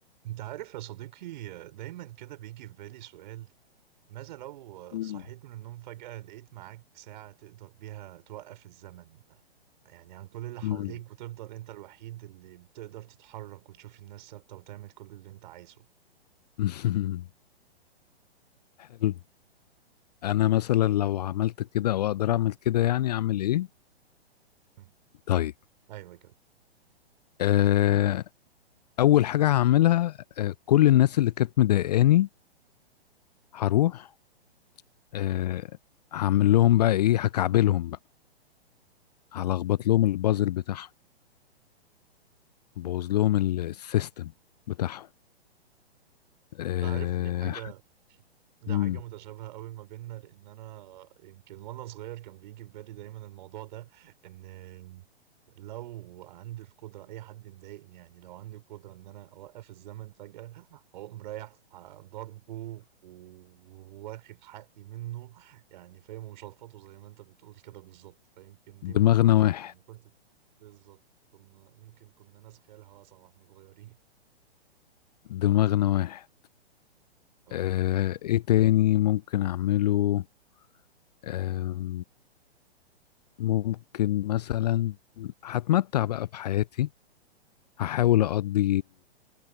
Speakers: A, on the right; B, on the left.
A: انت عارف يا صديقي دايما كده بيجي في بالي سؤال ماذا لو
B: مم.
A: صحيت من النوم فجأة لقيت معاك ساعة تقدر بيها توقف الزمن يعني عن كل اللي حواليك
B: مم.
A: وتفضل انت الوحيد اللي بتقدر تتحرك وتشوف الناس ثابتة وتعمل كل اللي انت عايزه
B: <laughs> حلو انا مثلا لو عملت كده او اقدر اعمل كده يعني اعمل ايه
A: مم.
B: طيب
A: ايوه كده
B: آه اول حاجه هعملها آه كل الناس اللي كانت مضايقاني هروح آه هعمل لهم بقى ايه هكعبلهم بقى هلخبط لهم البازل بتاعهم بوظ لهم ال- السيستم بتاعهم آه
A: انت عارف دي حاجة ده
B: مم.
A: حاجة متشابهة قوي ما بيننا لأن أنا يمكن وأنا صغير كان بيجي في بالي دايما الموضوع ده إن لو عندي القدرة أي حد مضايقني يعني لو عندي القدرة إن أنا أوقف الزمن فجأة أقوم رايح ضربه وواخد حقي منه يعني فاهم ومش هلفظه زي ما أنت بتقول كده بالظبط فيمكن دي
B: دماغنا
A: من الحاجات
B: واحد
A: يعني كنت بالظبط كنا ممكن كنا ناس خيالها واسعة وإحنا صغيرين
B: دماغنا واحد
A: <laughs>
B: آه ايه تاني ممكن اعمله آه ممكن مثلا هتمتع بقى بحياتي هحاول أقضي